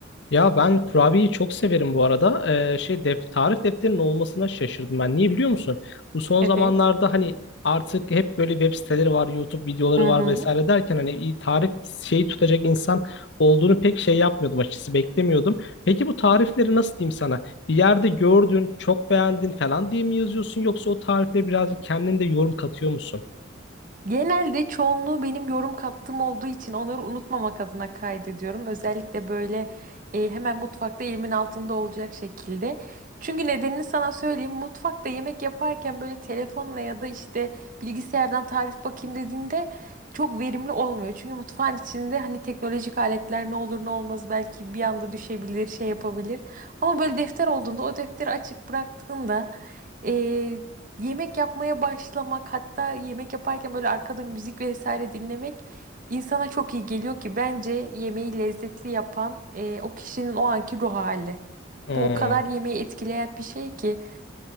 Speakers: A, on the left (about 60°); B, on the right (about 45°).
A: Ya ben kurabiyeyi çok severim bu arada. Ee, şey def tarif defterinin olmasına şaşırdım ben. Niye biliyor musun? Bu son
B: Evet.
A: zamanlarda hani artık hep böyle web siteleri var, YouTube videoları
B: Hı
A: var
B: hı.
A: vesaire derken hani iyi tarif şeyi tutacak insan olduğunu pek şey yapmıyordum açıkçası beklemiyordum. Peki bu tarifleri nasıl diyeyim sana? Bir yerde gördün, çok beğendin falan diye mi yazıyorsun yoksa o tarifleri birazcık kendin de yorum katıyor musun?
B: Genelde çoğunluğu benim yorum kattığım olduğu için onları unutmamak adına kaydediyorum. Özellikle böyle e, hemen mutfakta elimin altında olacak şekilde. Çünkü nedenini sana söyleyeyim. Mutfakta yemek yaparken böyle telefonla ya da işte bilgisayardan tarif bakayım dediğinde çok verimli olmuyor. Çünkü mutfağın içinde hani teknolojik aletler ne olur ne olmaz belki bir anda düşebilir, şey yapabilir. Ama böyle defter olduğunda o defteri açık bıraktığında ee, yemek yapmaya başlamak hatta yemek yaparken böyle arkada müzik vesaire dinlemek insana çok iyi geliyor ki bence yemeği lezzetli yapan e, o kişinin o anki ruh hali.
A: Hmm.
B: Bu o kadar yemeği etkileyen bir şey ki.